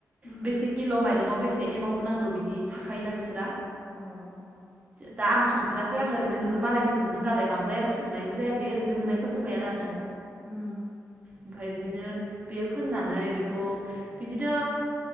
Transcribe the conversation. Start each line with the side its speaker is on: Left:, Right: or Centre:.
Left: उम
Right: बेसे किल माइरु ङआव बेसे एमाव होनांगौ बिदि थाखायोना बिसो रा
Left: अ अ
Right: दा आं संफेराखै आं ओरैनो नुदो मालायनिखौ नुदों नालाय बांद्राय आ सोंनायबो जायाखै ओरैनो नुनायखौ बुंबाय आरो आंङो
Left: उम
Right: ओमफाय बिदिनो
Left: उम
Right: बे फोनना नै बेखौ बिदिनो